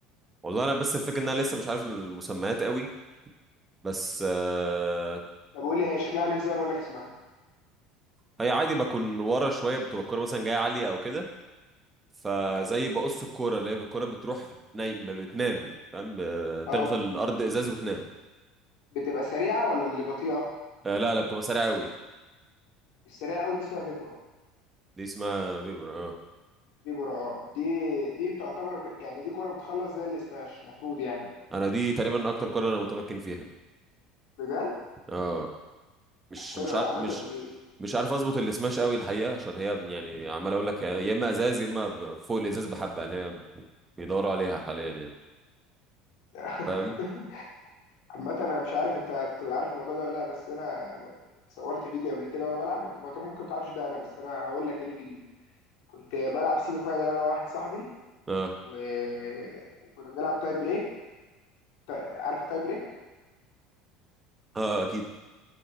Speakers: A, on the right (about 15°); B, on the left (about 75°).
A: والله أنا بس الفكرة إن أنا لسه مش عارف المسميات قوي بس آه،
B: طب قول لي هي شكلها عامل ازاي وانا اقول لك اسمها
A: هي عادي بكون ورا شوية بتبقى الكورة مثلا جاية عالية أو كده فزي
B: امم
A: بقص الكورة اللي هي الكورة بتروح نايم بتنام فاهم ب-
B: اه
A: تخبط الأرض إزاز وتنام
B: بتبقى سريعة ولا اللي بطيئة
A: آه، لا لا بتبقى سريعة قوي
B: السريعة قوي دي اسمها فيبورا
A: دي اسمها فيبر اه
B: فيبورا اه دي دي بتعتبر ك- يعني دي كرة بتخلص زي السماش المفروض يعني
A: أنا دي تقريبا أكتر كورة أنا متمكن فيها
B: بجد
A: اه مش
B: طب حلو
A: مش
B: قوي
A: عارف
B: عامة
A: مش
B: دي
A: مش عارف اظبط السماش قوي الحقيقه عشان هي يعني عمال اقول لك يا اما ازاز يا اما ب- فوق الازاز بحبه يعني هي بيدوروا عليها حاليا
B: امم
A: يعني
B: <laughs>
A: فاهم
B: عامة انا مش عارف انت هتبقى عارف الموضوع ده ولا لا بس انا صورت فيديو قبل كده وانا بلعب انت ممكن ما تعرفش ده انا بس انا هقول لك ايه الفيديو كنت بلعب سيمي فاينال انا وواحد صاحبي
A: اه
B: و... وكنا بنلعب تاي بريك تا- عارف التاي بريك
A: اه اكيد